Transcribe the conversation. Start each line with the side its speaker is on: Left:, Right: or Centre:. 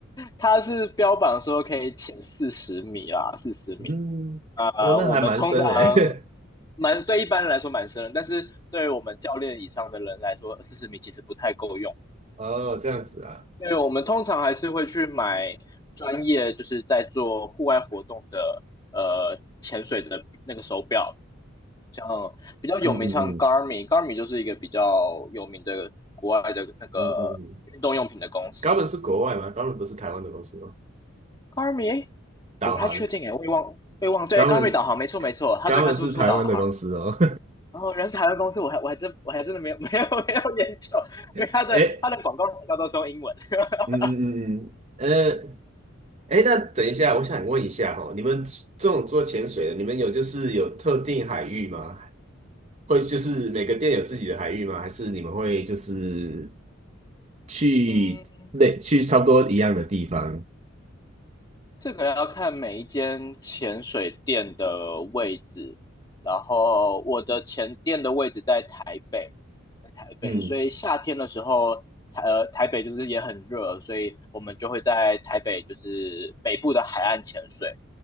Left: 它是标榜说可以潜四十米啦，四十米。
Right: 嗯，
Left: 呃，
Right: 哦，那还蛮深诶。
Left: 我们通常蛮对一般人来说蛮深的，但是对我们教练以上的人来说，四十米其实不太够用。
Right: <laughs> 哦，这样子啊，
Left: 对，我们通常还是会去买专业，就是在做户外活动的，呃，潜水的那个手表，像比较有名，
Right: 嗯嗯嗯
Left: 像 Garmin，Garmin 就是一个比较有名的国外的那个运动用品的公司。
Right: 嗯嗯嗯，高本是国外吗？高本不是台湾的公司吗？
Left: Garmin，诶我不太确定诶，
Right: 导航，
Left: 我也忘，我也忘，对，Garmin
Right: 高本
Left: 导航，没错没错，它最开始出导航。
Right: 高本是台湾的公司哦。
Left: 然后原来是台湾公司，我还我还真我还真的没有 <laughs> 没有没有研究，
Right: <laughs>
Left: 因为它的它的广告营销都是用英文。
Right: 哎，
Left: <laughs>
Right: 嗯嗯嗯嗯，呃哎，那等一下，我想问一下哦，你们这种做潜水的，你们有就是有特定海域吗？会就是每个店有自己的海域吗？还是你们会就是去那去差不多一样的地方？
Left: 嗯，这个要看每一间潜水店的位置，然后我的前店的位置在台北，在台北，
Right: 嗯
Left: 所以夏天的时候，台呃台北就是也很热，所以我们就会在台北就是北部的海岸潜水。